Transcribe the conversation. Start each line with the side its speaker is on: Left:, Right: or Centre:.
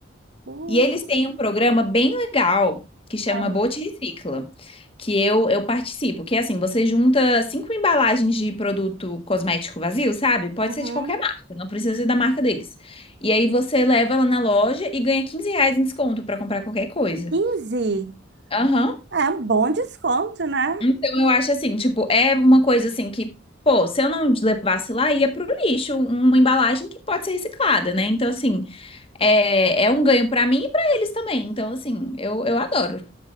Right: Uh,
Left: E eles têm um programa bem legal que chama
Right: ah,
Left: Bote Recicla, que eu, eu participo, que é assim, você junta cinco embalagens de produto cosmético vazio, sabe? Pode
Right: uhum.
Left: ser de qualquer marca, não precisa ser da marca deles. E aí você leva lá na loja e ganha 15 reais em desconto pra comprar qualquer coisa.
Right: 15?
Left: Aham.
Right: É um bom desconto, né?
Left: Então eu acho assim, tipo, é uma coisa assim que, pô, se eu não levasse lá, ia pro lixo, uma embalagem que pode ser reciclada, né? Então, assim, é, é um ganho pra mim e pra eles também. Então, assim, eu, eu adoro.